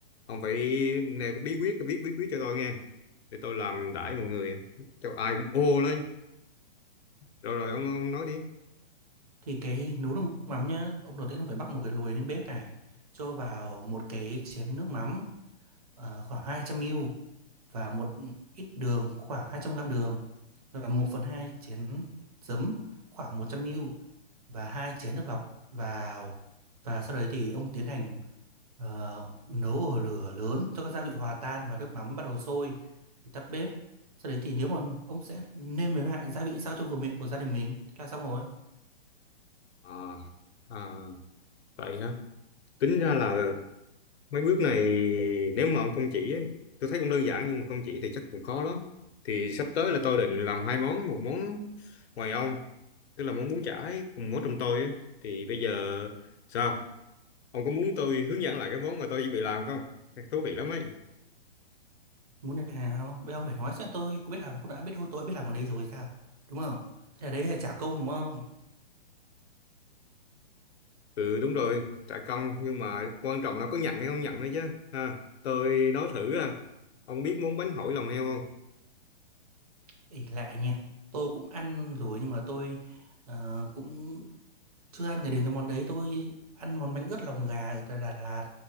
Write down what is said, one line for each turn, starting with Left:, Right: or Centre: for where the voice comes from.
Left: ông phải nêu cái bí quyết viết bí quyết cho tôi nghe để tôi làm đãi mọi người cho ai cũng ô lên rồi rồi ông, ông nói đi
Right: thì cái nấu nước mắm nhá ông đầu tiên ông phải bắc một cái lồi lên bếp này cho vào một cái chén nước mắm ờ, khoảng 200 ml và một ít đường khoảng 200 gam đường và một phần 2 chén giấm khoảng 100 ml và hai chén nước lọc vào và sau đấy thì ông tiến hành Ờ, nấu ở lửa lớn cho các gia vị hòa tan và nước mắm bắt đầu sôi thì tắt bếp. Sau đấy thì nếu mà ông sẽ nêm nếm lại gia vị sao cho vừa miệng của gia đình mình thế là xong rồi.
Left: à à vậy hả tính ra là Mấy bước này nếu mà ông không chỉ ấy, tôi thấy cũng đơn giản nhưng mà không chỉ thì chắc cũng khó lắm. Thì sắp tới là tôi định làm hai món, một món ngoài ông, tức là món bún chả ấy, một món trong tôi ấy. Thì bây giờ sao? Ông có muốn tôi hướng dẫn lại cái món mà tôi chuẩn bị làm không? Thú vị lắm ấy.
Right: Muốn này nào? Bây giờ ông phải nói xem tôi có biết làm không đã biết thôi tôi đã biết làm ở đây rồi sao? Đúng không? Thế là đấy là trả công đúng không?
Left: Ừ đúng rồi, trả công nhưng mà quan trọng là có nhận hay không nhận nữa chứ. Ha, tôi nói thử à. Ông biết món bánh hỏi lòng heo không?
Right: ỷ lại nha. Tôi cũng ăn rồi nhưng mà tôi ờ, cũng chưa ăn cái đến cái món đấy tôi ăn món bánh ướt lòng gà ở tại Đà Lạt.